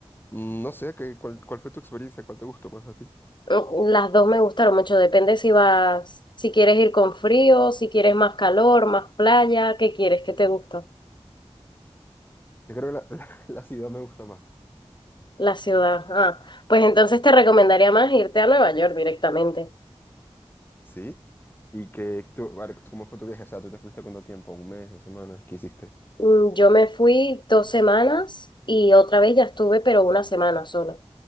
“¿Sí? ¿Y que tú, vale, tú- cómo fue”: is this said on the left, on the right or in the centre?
Left